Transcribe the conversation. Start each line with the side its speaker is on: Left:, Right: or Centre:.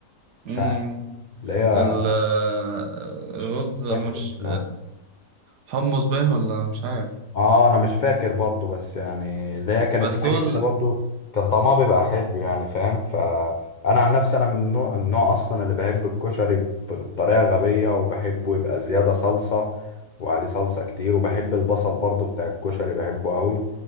Left: مش
Right: امم
Left: عارف اللي هي
Right: ال- الرز
Left: مش
Right: مش
Left: فاكر اسمها
Right: الحمص باين ولا مش عارف
Left: اه انا مش فاكر برضو بس يعني اللي هي كانت
Right: بس
Left: حاجه
Right: هو
Left: كده برضو كان طعمها بيبقى حلو يعني فاهم فانا عن نفسي انا من النوع النوع اصلا اللي بحب الكشري ب- بطريقه غبيه وبحبه يبقى زياده صلصه وعليه صلصه كتير وبحب البصل برضو بتاع الكشري بحبه قوي